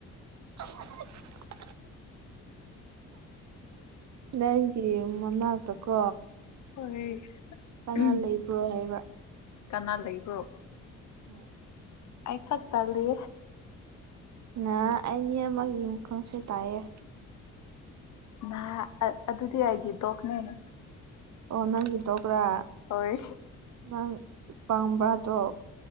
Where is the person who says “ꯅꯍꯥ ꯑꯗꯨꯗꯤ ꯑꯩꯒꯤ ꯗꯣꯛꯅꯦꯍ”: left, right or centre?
Left